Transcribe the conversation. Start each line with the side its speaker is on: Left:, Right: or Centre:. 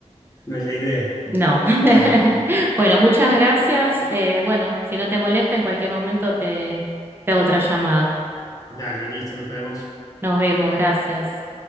Left: no es la idea.
Right: no. <laughs>
Left: Bueno,
Right: Bueno, muchas gracias. Eh, bueno, si no te molesta, en cualquier momento te, te hago otra llamada.
Left: dale, listo, nos vemos.
Right: Nos vemos, gracias.